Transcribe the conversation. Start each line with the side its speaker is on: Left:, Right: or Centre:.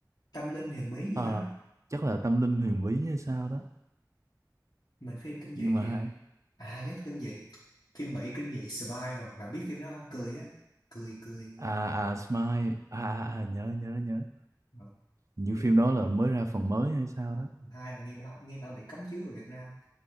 Left: tâm linh huyền bí gì
Right: Ờ
Left: đó
Right: chắc là tâm linh huyền bí hay sao đó
Left: mình phim kinh dị
Right: nhưng mà
Left: thì
Right: hay
Left: à nhắc tới kinh dị phim Mỹ kinh dị Smile bạn biết phim đó không cười á cười cười
Right: à à Smile à, à, à nhớ nhớ nhớ
Left: Vâng.
Right: như
Left: phim
Right: phim đó là mới ra phần mới hay sao đó
Left: phần hai là nghe bảo nghe bảo bị cấm chiếu ở Việt Nam